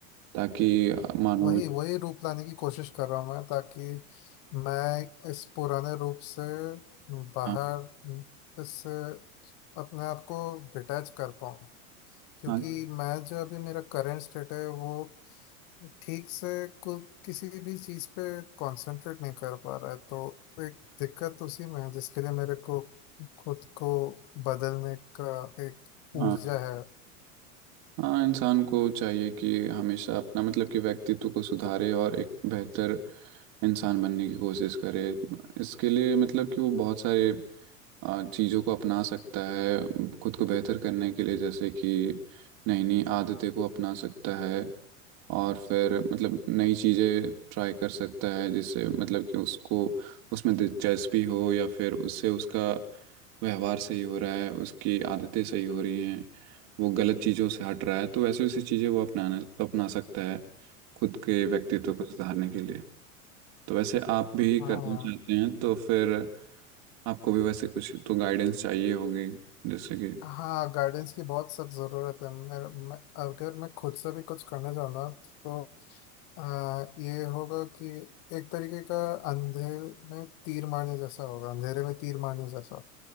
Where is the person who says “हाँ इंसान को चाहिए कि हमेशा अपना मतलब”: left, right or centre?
Right